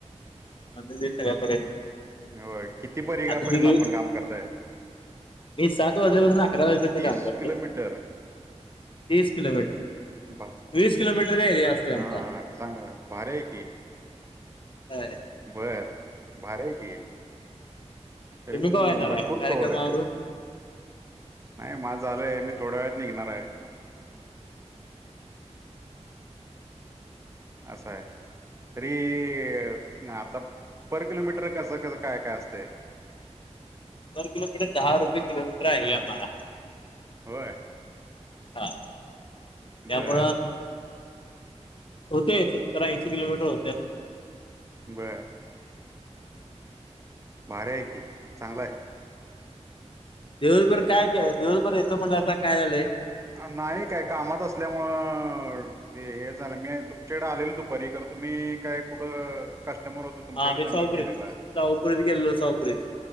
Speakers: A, on the left; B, on the right.
A: <unintelligible>
B: <unintelligible>
A: आता मी सात वाजल्यापासून, अकरा वाजेपर्यंत
B: तीस
A: काम करतो.
B: किलोमीटर
A: तीस किलोमीटर.
B: बा
A: वीस किलोमीटर चा एरिया असते आमचा.
B: हा चांगला भारी आहे की
A: ह..
B: बर बारय की. तरीपण
A: तुम्ही कवा येणार
B: भरपूर
A: आहे कार्यक्रमावरून?
B: कव्हर होत. नाही माझ झालंय मी थोड्या वेळात निघणार आहे. असं आहे. तरी आता पर किलोमीटर कसं कस काय काय असतंय.
A: पर किलोमीटर दहा रुपये किलोमीटर आहे आम्हाला.
B: होय.
A: हा त्यापं..
B: बर
A: होते सत्तर, ऐंशी किलोमीटर होते.
B: बर. भारी आहे की चांगलंय
A: दिवसभर काय की दिवसभर येतो पण आता काय झालंय.
B: नाही काय कामात असल्यामुळ ते हे झालं मी तुमच्याकडे आलेलो दुपारी कार... तुम्ही काय कुढ अ... समोर होतो तुमच्याकड
A: हा आम्ही
B: तर म
A: शाहूपुरीत
B: गेलेलाय.
A: शाहूपुरीत गेलेलो शाहूपुरीत